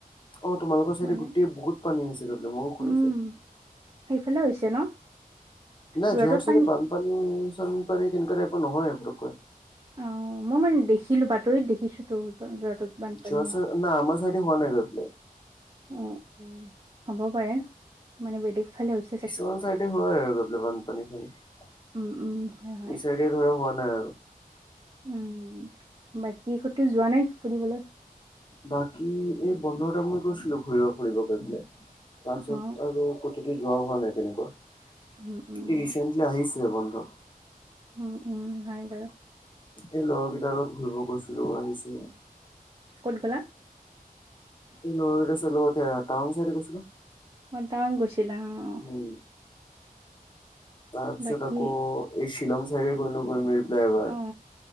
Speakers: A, on the left; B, on the right.
A: অ তোমালোকৰ চাইডে
B: মানে
A: গোটেই বহুত পানী হৈছে তাৰমানে মইও শুনিছো।
B: উম সেইফালে হৈছে ন?
A: নাই
B: যোৰহাটত
A: যোৰহাট চাইডে
B: পানী
A: বানপানী চানপানী তেনেকা টাইপৰ নহয় পটককৈ।
B: অ মই মানে দেখিলো বাতৰিত দেখিছো তো যোৰহাটত বানপানী
A: যোৰহাট
B: হোৱা।
A: চাইড না আমাৰ চাইডে হোৱা নাই <unintelligible>
B: অ অ হ'ব পাৰে মানে বেলেগ ফালে হৈছে চাগে
A: কিছুমান চাইডে হয় আৰু গ পেলাই বানপানী চানী এই
B: উম উম হয় হয়
A: চাইড তে ধৰা হোৱা নাই আৰু।
B: উম বাকী কতো যোৱা নাই ফুৰিবলৈ?
A: বাকী এই বন্ধৰ টাইমত গৈছিলো ঘুৰিব ফুৰিব কাৰনে, তাৰপিছত
B: অ
A: আৰু কতোতে যোৱা হোৱা নাই তেনেকুৱা, এই
B: উম উম
A: ৰিচেণ্টলি আহিছে বন্ধ।
B: উম উম হয় বাৰু।
A: এই লগৰকেইটাৰ লগত ঘূৰিব গৈছিলো আহিছোঁহে।
B: ক'ত গ'লা?
A: এই লগৰ কেইটা <unintelligible> টাউন চাইড গৈছিলো।
B: টাউন গৈছিলা অঁ অঁ।
A: উম। তাৰপিছত
B: বাকী
A: আকৌ এই শ্বিলং চাইডে গলোঁ, গৈমিৰ প্লাইভাৰ।
B: অ